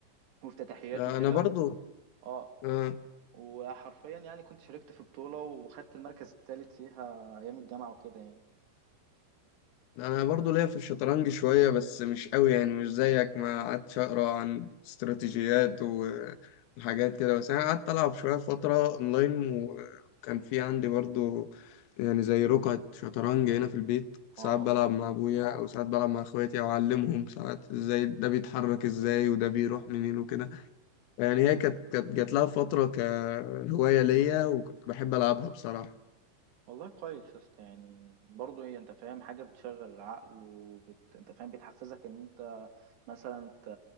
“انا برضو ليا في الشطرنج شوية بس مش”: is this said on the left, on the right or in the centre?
Left